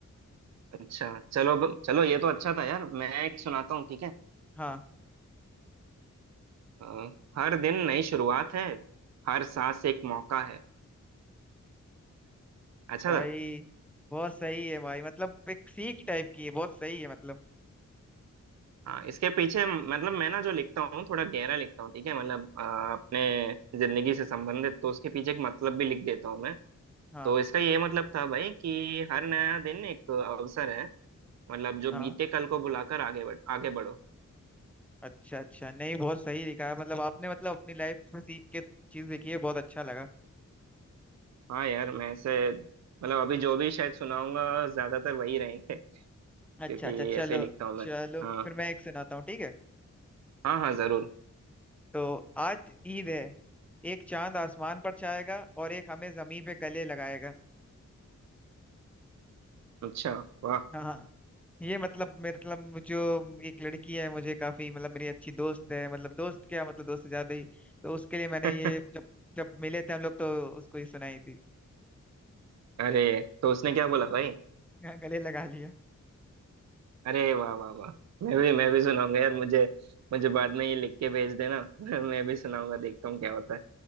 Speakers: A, on the right; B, in the centre.
A: अच्छा चलो ब- चलो ये तो अच्छा था यार मैं एक सुनाता हूँ ठीक है
B: हाँ
A: अ, हर दिन नई शुरुआत है हर सांस एक मौका है अच्छा
B: भाई बहुत सही है भाई मतलब एक सीख टाइप की है बहुत सही है मतलब
A: हाँ इसके पीछे मतलब मैं ना जो लिखता हूँ थोड़ा गहरा लिखता हूँ ठीक है मतलब अ, अपने जिंदगी से संबंधित तो उसके पीछे एक मतलब भी लिख देता हूँ मैं
B: हाँ
A: तो इसका ये मतलब था भाई कि हर नया दिन एक अवसर है मतलब जो
B: हाँ
A: बीते कल को भुलाकर आगे बढ़ आगे बढ़ो
B: अच्छा अच्छा नहीं बहुत सही लिखा है मतलब आपने मतलब अपनी लाइफ में सीख के चीज लिखी है बहुत अच्छा लगा
A: हाँ यार मैं ऐसे मतलब अभी जो भी शायद सुनाऊंगा ज्यादातर वही रहेंगे क्योंकि
B: अच्छा अच्छा चलो
A: ऐसे ही लिखता हूँ मैं
B: चलो
A: हाँ
B: फिर मैं एक सुनाता हूँ ठीक है
A: हाँ हाँ जरूर
B: तो आज ईद है एक चांद आसमान पर छाएगा और एक हमें जमीन पे गले लगाएगा
A: अच्छा वाह
B: हाँ ये मतलब मेरे मतलब जो एक लड़की है मुझे काफी मतलब मेरी अच्छी दोस्त है मतलब दोस्त क्या मतलब दोस्त से ज्यादा ही तो उसके लिए मैंने
A: <laughs>
B: ये जब जब मिले थे हम लोग तो उसको ही सुनाई थी
A: अरे तो उसने क्या बोला भाई
B: <laughs> गले लगा लिया
A: अरे वाह वाह वाह मैं भी मैं भी सुनाऊंगा यार मुझे मुझे बाद में ये लिख के भेज देना <laughs> मैं भी सुनाऊंगा देखता हूँ क्या होता है